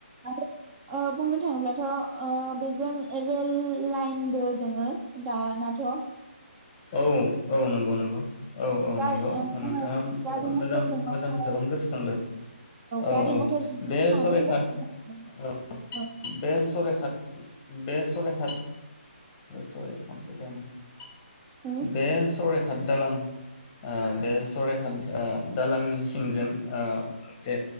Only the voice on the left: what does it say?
औ औ औ नंगौ नंगौ । औ औ
नंगौ
नोंथाङा
मोजां मोजां
खोथाखौनो गोसोखांदों औ
औ
बे
शराइखाट
औ
बे शराय खाथ बे शरायखात सरि फन फैदों आंनाव
बेसर दालां ओ बे सराइखाट ओ दालांनि सिंजों ओ मोनसे